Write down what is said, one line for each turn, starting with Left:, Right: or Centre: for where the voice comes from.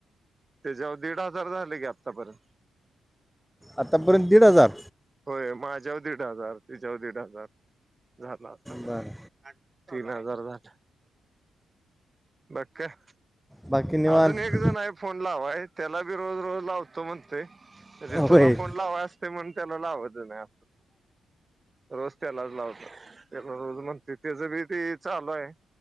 Right: त्याच्यावर दीड हजार झाले की आत्तापर्यंत.
Centre: आतापर्यंत दीड हजार.
Right: होय माझ्यावर दीड हजार तिच्यावर दीड हजार झाला आता
Centre: बरं
Right: तीन हजार झाल. बाकी काय.
Centre: बाकी निवांत
Right: अजून एक जण आहे फोन लावाय त्याला बी रोज रोज लावतो म्हण - तय ते तुला
Centre: होय
Right: फोन लावाय असतय म्हणून त्याला लावात नाही असं. रोज त्यालाच लावतो त्याला रोज म्हणते त्याज बी ते चालूय.